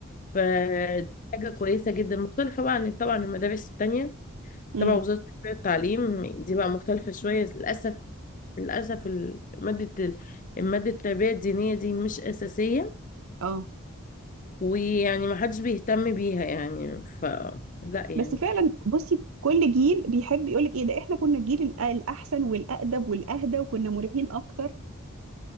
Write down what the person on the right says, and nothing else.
امم
اه
بس فعلا بصي كل جيل بيحب يقولك ايه ده احنا كنا الجيل الأ- الاحسن والأقدم والأهدى وكنا مريحين اكتر